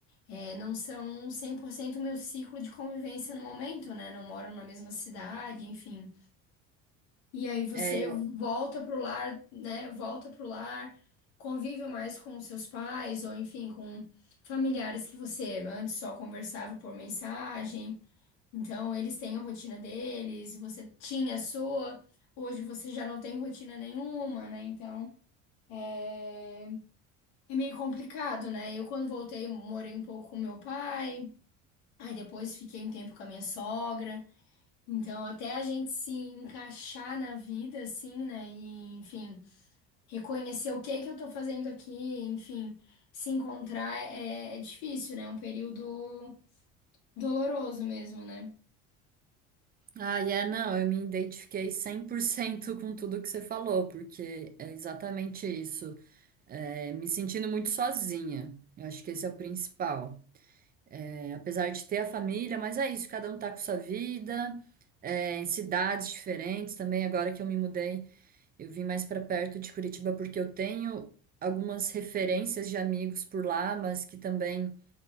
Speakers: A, on the left (about 85°); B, on the right (about 30°).
A: É, não são 100% o meu ciclo de convivência no momento, né? Não moram na mesma cidade, enfim. E aí você
B: É, eu...
A: volta pro lar, né? Volta pro lar, convive mais com os seus pais, ou enfim, com familiares que você antes só conversava por mensagem. Então, eles têm a rotina deles, você tinha a sua, hoje você já não tem rotina nenhuma, né? Então. É, é meio complicado, né? Eu, quando voltei, morei um pouco com meu pai. Aí depois fiquei um tempo com a minha sogra. Então, até a gente se encaixar na vida, assim, né? E, enfim, reconhecer o que que eu tô fazendo aqui, enfim, se encontrar é, é difícil, né? É um período doloroso mesmo, né?
B: Ah, e é, não, eu me identifiquei 100% com tudo que você falou, porque é exatamente isso. É, me sentindo muito sozinha. Eu acho que esse é o principal. É, apesar de ter a família, mas é isso, cada um tá com sua vida, é, em cidades diferentes também, agora que eu me mudei. Eu vim mais para perto de Curitiba porque eu tenho algumas referências de amigos por lá, mas que também